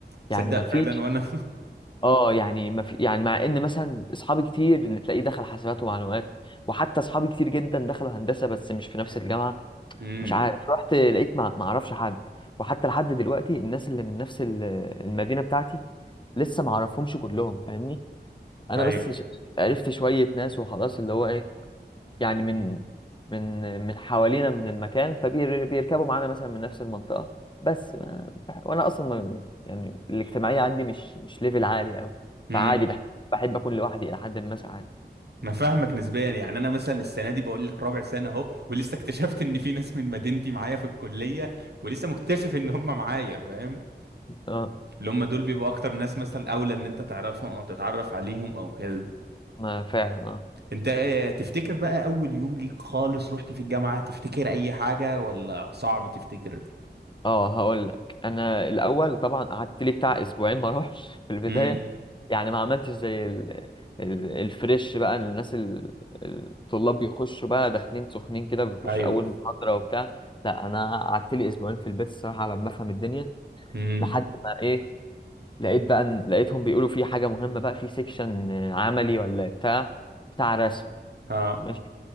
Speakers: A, on the right; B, on the left.
A: تصدق
B: يعني ما فيش
A: فعلا وانا
B: اه يعني ما في يعني مع ان مثلا اصحابي كتير اللي تلاقيه دخل حاسبات ومعلومات وحتى اصحابي كتير جدا دخلوا هندسه بس مش في نفس الجامعه
A: <laughs> امم
B: مش عارف رحت لقيت ما ما اعرفش حد وحتى لحد دلوقتي الناس اللي من نفس ال- المدينه بتاعتي لسه ما اعرفهمش كلهم فاهمني انا
A: ايوه
B: بس ش... عرفت شويه ناس وخلاص اللي هو ايه يعني من من من حوالينا من المكان فبيركبوا معانا مثلا من نفس المنطقه بس ما... بح- وانا اصلا ما... يعني الاجتماعيه عندي مش مش ليفل عالي قوي فعادي
A: امم
B: بح... بحب اكون لوحدي الى حد ما ساعات
A: انا فاهمك نسبيا يعني انا مثلا السنه دي بقول لك رابع سنه اهو ولسه اكتشفت ان في ناس من مدينتي معايا في الكليه ولسه مكتشف ان هم معايا فاهم
B: اه
A: اللي هم دول بيبقوا اكتر ناس مثلا اولى ان انت تعرفهم او تتعرف عليهم او كده
B: ما فعلا اه
A: انت آه، تفتكر بقى اول يوم ليك خالص رحت في الجامعة تفتكر اي حاجة ولا صعب تفتكر
B: اه هقول لك انا الاول طبعا قعدت لي بتاع اسبوعين ما اروحش في البدايه
A: امم
B: يعني ما عملتش زي ال... ال... الفريش بقى الناس ال... الطلاب بيخشوا بقى داخلين سخنين كده بيخشوا
A: ايوه
B: اول محاضره وبتاع لا انا قعدت لي اسبوعين في البيت الصراحه على ما افهم الدنيا
A: امم
B: لحد ما ايه لقيت بقى إن- لقيتهم بيقولوا في حاجه مهمه بقى في سيكشن عملي ولا بتاع بتاع رسم
A: ها
B: ماشي